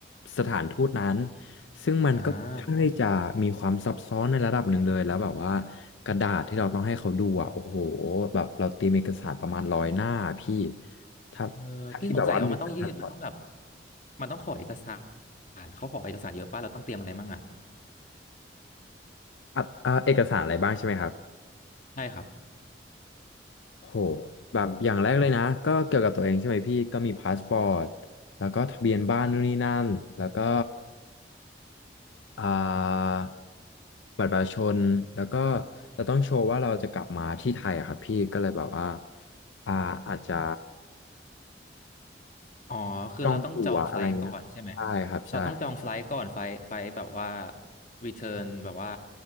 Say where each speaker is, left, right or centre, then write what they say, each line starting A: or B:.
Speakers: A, on the left; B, on the left.
A: สถานทูตนั้นซึ่งมันก็ค่อนข้างที่จะมีความซับซ้อนในระดับหนึ่งเลยแล้วแบบว่า
B: อ่า
A: กระดาษที่เราต้องให้เขาดูอะโอ้โหแบบเราตีมเอกสารประมาณร้อยหน้าพี่ถ้าถ้าพี่แบบว่ามีเอกสถาร
B: เออพี่สงสัยว่ามันต้องยื่นมันต้องแบบมันต้องขอเอกสารเขาขอเอกสารเยอะป่ะเราต้องเตรียมอะไรมั่งอ่ะ
A: อ่ะอ่ะเอกสารอะไรบ้างใช่ไหมครับ
B: ใช่ครับ
A: โหแบบอย่างแรกเลยนะก็เกี่ยวกับตัวเองใช่ไหมพี่ก็มีพาสปอร์ตแล้วก็ทะเบียนบ้านนู่นนี่นั่นแล้วก็ อ่าบัตรประชาชนแล้วก็เราต้องโชว์ว่าเราจะกลับมาที่ไทยอะครับพี่ก็เลยแบบว่าอ่าอาจจะ
B: อ๋อคือเราต้องจองไฟลท์ก่อนใช่ไหม
A: จองตั๋วอะไรเงี้ยใช่ครับใช่
B: เราต้องจองไฟลท์ก่อนไฟล์ไฟล์แบบว่า return แบบว่า